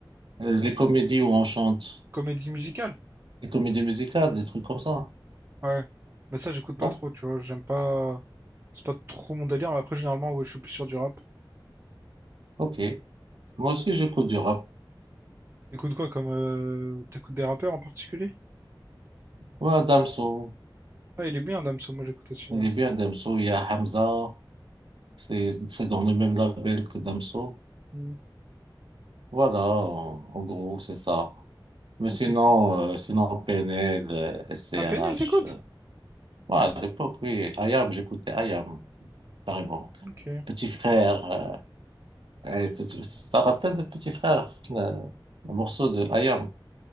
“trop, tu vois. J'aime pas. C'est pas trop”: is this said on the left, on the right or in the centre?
Right